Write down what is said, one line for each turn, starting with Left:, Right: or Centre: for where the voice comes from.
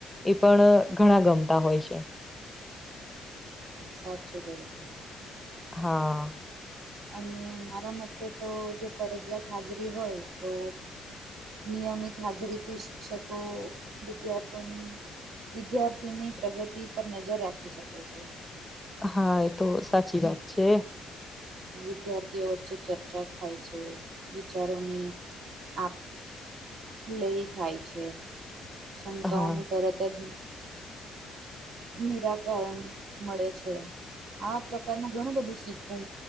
Centre: એ પણ ઘણા ગમતા હોય છે.
Right: સાત કહ્યું તમે.
Centre: હા.
Right: અને મારા મતે તો જો ફરજિયાત હાજરી હોય તો નિયમિત હાજરીથી શિક્ષકો, વિદ્યાર્થીઓની વિદ્યાર્થીની પ્રગતિ પર નજર રાખી શકે છે
Centre: હા એ તો સાચી વાત છે
Right: વિદ્યાર્થીઓ વચ્ચે ચર્ચા થાય છે વિચારોની આપ લઈ થાય છે શંકાઓનું
Centre: હા
Right: તરત જ નિરાકરણ મળે છે આવા પ્રકારનું ઘણું બધું શીખવું